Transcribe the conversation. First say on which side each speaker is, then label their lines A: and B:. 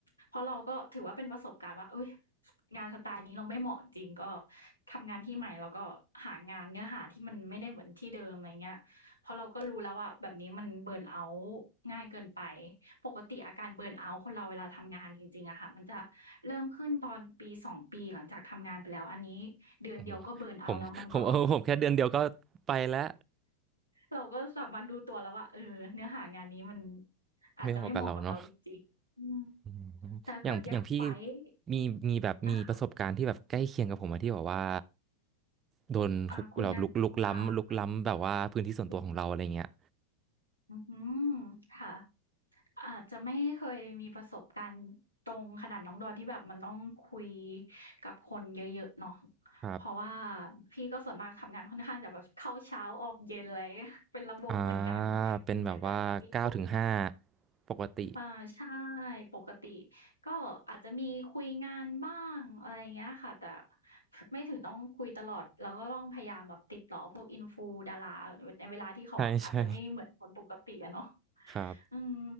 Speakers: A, on the left (about 80°); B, on the right (about 25°).
A: เพราะเราก็ถือว่าเป็นประสบการณ์ว่าเอ้ยงานสไตล์นี้เราไม่เหมาะจริงก็ทำงานที่ใหม่แล้วก็หางานเนื้อหาที่มันไม่ได้เหมือนที่เดิมอะไรเงี้ยเพราะเราก็รู้แล้วว่าแบบนี้มันเบิร์นเอาต์ง่ายเกินไปปกติอาการเบิร์นเอาต์คนเราเวลาทำงานจริงๆอะค่ะมันจะเริ่มขึ้นตอนปีสองปีหลังจากทำงานไปแล้วอันนี้เดือนเดียวก็เบิร์นเอาต์แล้วมันก็
B: โอ้โหผมผมเออผมแค่เดือนเดียวก็ไปแล้ว
A: เราก็สามารถรู้ตัวแล้วว่าเออเนื้อหางานนี้มันอาจจะไม่เหมาะกับเราจริงๆอืม
B: ไม่พอกับเราเนาะอืม
A: แต่ถ้าเกิดอยากไฟต์
B: อย่างอย่างพี่มีมีแบบมีประสบการณ์ที่แบบใกล้เคียงกับผมอะที่แบบว่า
A: อ่าค่ะ
B: โดนคุกแบบลุกลุกล้ำลุกล้ำแบบว่าพื้นที่ส่วนตัวของเราอะไรเงี้ย
A: อ่าคุยงานกับลูกค้ามากขึ้นอือฮืค่ะอาจจะไม่เคยมีประสบการณ์ตรงขนาดน้องดอนที่แบบมันต้องคุยกับคนเยอะๆเนาะ
B: ครับ
A: เพราะว่าพี่ก็ส่วนมากทำงานค่อนข้างจะแบบเข้าเช้าออกเย็นอะไร <laughs> เป็นระบบเหมือนกัน
B: อ่าเป็นแบบว่าเก้าถึงห้า
A: แต่ก็อาจจะมีคุย
B: ปกติ
A: อ่าใช่ปกติก็อาจจะมีคุยงานบ้างอะไรอย่างเงี้ยค่ะแต่ <laughs> ไม่ถึงต้องคุยตลอดแล้วก็ต้องพยายามแบบติดต่อพวกอินฟูดาราในเวลาที่เขาอาจจะไม่เหมือนคนปกติอะเนาะ
B: ใช่ใช่
A: <laughs>
B: ครับ
A: อืม